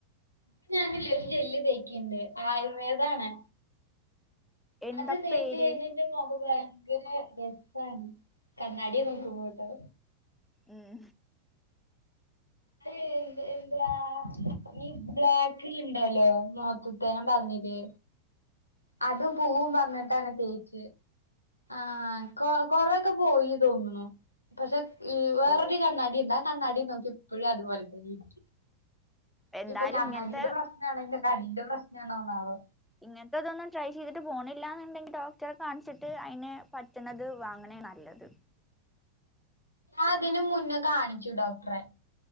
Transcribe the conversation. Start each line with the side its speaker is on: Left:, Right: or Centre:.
Left: ഇപ്പ ഞാനില്ലേ ഒരു ജെല്ല് തേക്ക്ണ്ട് ആയുർവേദാണ്.
Centre: എന്താ
Left: അത് തേച്ച്
Centre: പേര്
Left: യ്ഞ്ഞി. ട്ട് നോക്കുമ്പോ ഭയങ്കര രസണ് കണ്ണാടി നോക്കുമ്പോട്ടോ.
Centre: ഉം.
Left: അഹ് എന്ത് എന്താ. ഈ ബ്ലാക്ക് ഇണ്ടല്ലോ <unintelligible> ഞാ പറഞ്ഞില്ലേ. അത് പൂവും പറഞ്ഞിട്ടാണ് തേച്ച്. ആഹ് കൊ കൊറൊക്കെ പോയി തോന്നുന്നു പക്ഷെ ഇ വേറൊരു
Centre: ഓ
Left: കണ്ണാടി ള്ളെ. കണ്ണാടി നോക്കി പ്പഴും അതുപോലെ തന്നെ ഇരിക്ക.
Centre: എന്തായാലും
Left: ഇപ്പൊ കണ്ണാടിയുടെ
Centre: ഇങ്ങനത്തെ
Left: പ്രശ്ന ആണോ എന്റെ കണ്ണ്ന്റെ പ്രശ്നാണോന്നാവൊ
Centre: ഇങ്ങൻത്തെതൊന്നും ട്രൈ ചെയ്തിട്ട് പോണില്ലന്നുണ്ടെങ്കിൽ ഡോക്ടറെ കാണിച്ചിട്ട് അയിന് പറ്റണത് വാങ്ങണേ നല്ലത്.
Left: ആതിന് മുന്നേ കാണിച്ചു ഡോക്ടറെ